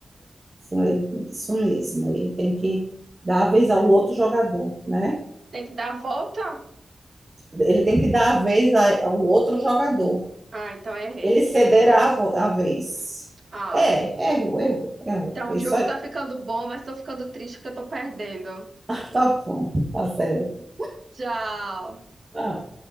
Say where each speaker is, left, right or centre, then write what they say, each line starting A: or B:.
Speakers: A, on the right; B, on the right.
A: Isso, ele- isso mesmo, ele tem que dar a vez ao outro jogador, né?
B: Tem que dar a volta?
A: Ele tem que dar a vez a- ao outro jogador.
B: Ah, então errei.
A: Ele cederá a, vo- a vez.
B: Ah,
A: É, errou, errou, errou.
B: Então,
A: É
B: o jogo
A: isso aí.
B: tá ficando bom, mas tô ficando triste porque eu tô perdendo.
A: <laughs> Tá bom, tá certo.
B: Tchau.
A: Ah,